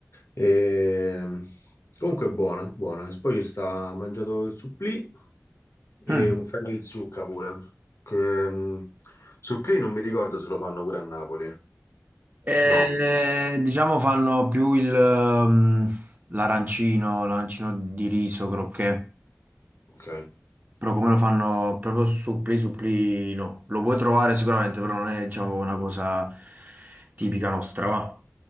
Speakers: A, on the left; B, on the right.
A: E... Comunque è buona, buona. E poi ci sta, ho mangiato il supplì e
B: mm.
A: un ferro in zucca pure, che mh, su Play non mi ricordo se lo fanno pure a Napoli.
B: Eh,
A: No,
B: diciamo fanno più il, mm, l'arancino, l'arancino di riso, croquet,
A: ok.
B: però come lo fanno proprio supplì supplì no. Lo puoi trovare sicuramente, però non è diciamo una cosa tipica nostra, va.